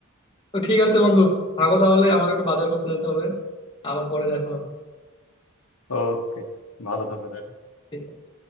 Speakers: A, on the left (about 20°); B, on the left (about 75°).
A: তো ঠিক আছে বন্ধু থাকো তাহলে আমাকে একটু বাজার করতে যেতে হবে আবার পরে দেখা হবে
B: ওকে ভালো থাকো তাহলে।
A: ঠিক আছে